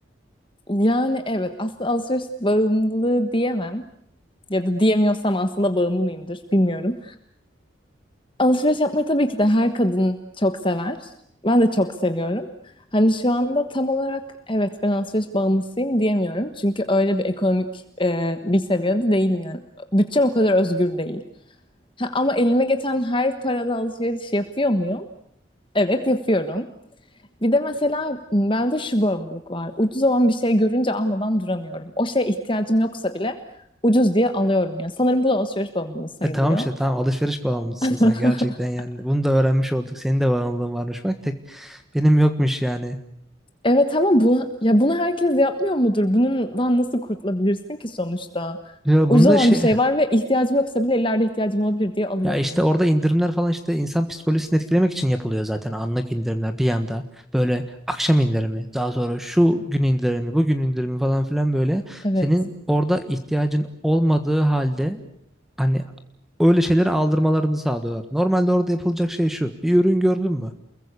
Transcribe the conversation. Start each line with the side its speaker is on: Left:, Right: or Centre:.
Left: Yani evet aslında alışveriş bağımlılığı diyemem. Ya da diyemiyorsam aslında bağımlı mıyımdır bilmiyorum. Alışveriş yapmayı tabii ki de her kadın çok sever. Ben de çok seviyorum. Hani şu anda tam olarak evet ben alışveriş bağımlısıyım diyemiyorum. Çünkü öyle bir ekonomik e, bir seviyede değilim yani. Bütçem o kadar özgür değil. Ha, ama elime geçen her parada alışveriş yapıyor muyum? Evet yapıyorum. Bir de mesela bende şu bağımlılık var. Ucuz olan bir şey görünce almadan duramıyorum. O şeye ihtiyacım yoksa bile ucuz diye alıyorum yani. Sanırım bu da alışveriş bağımlılığı sayılıyor.
Centre: E tamam işte tamam alışveriş bağımlısın
Left: <laughs>
Centre: sen gerçekten yani. Bunu da öğrenmiş olduk. Senin de bağımlılığın varmış bak tek benim yokmuş yani.
Left: Evet ama bunu, ya bunu herkes yapmıyor mudur? Bundan nasıl kurtulabilirsin ki sonuçta?
Centre: Ya bunda
Left: Ucuz olan
Centre: şey
Left: bir şey var ve ihtiyacım yoksa bile ileride ihtiyacım olabilir diye alıyorum.
Centre: Ya işte orada indirimler falan işte insan psikolojisini etkilemek için yapılıyor zaten anlık indirimler bir yanda böyle akşam indirimi daha sonra şu gün indirimi bugün indirimi falan filan böyle
Left: Evet.
Centre: senin orada ihtiyacın olmadığı halde hani öyle şeyleri aldırmalarını sağlıyorlar. Normalde orada yapılacak şey şu bir ürün gördün mü?